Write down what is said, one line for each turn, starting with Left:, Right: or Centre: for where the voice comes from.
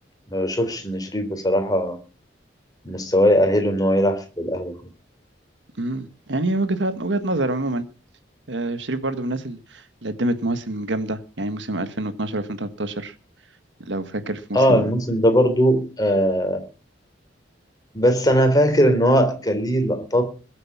Left: ما بشوفش إن شريف بصراحة مستواه يأهله إن هو يلعب في الأهلي خالص.
Right: مم. يعني وجهة وجهة نظر عموما آه شريف برضو من الناس اللي اللي قدمت مواسم جامدة يعني موسم 2012 2013 لو فاكر في موسم
Left: آه الموسم ده برضو آه بس أنا فاكر إن هو كان ليه لقطات